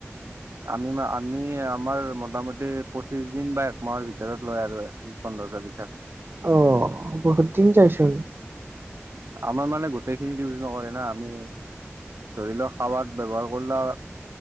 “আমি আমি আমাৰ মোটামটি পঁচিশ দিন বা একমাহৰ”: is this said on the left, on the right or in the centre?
Right